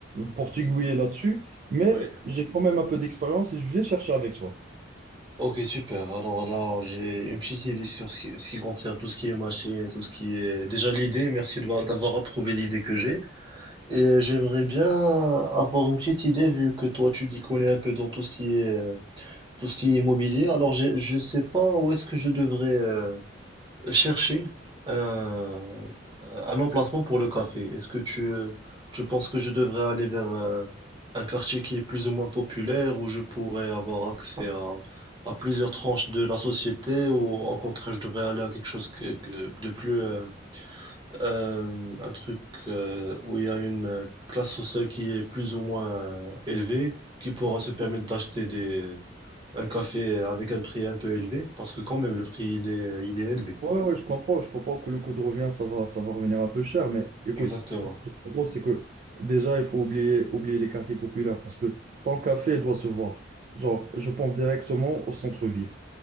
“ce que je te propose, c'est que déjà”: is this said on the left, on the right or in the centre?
Right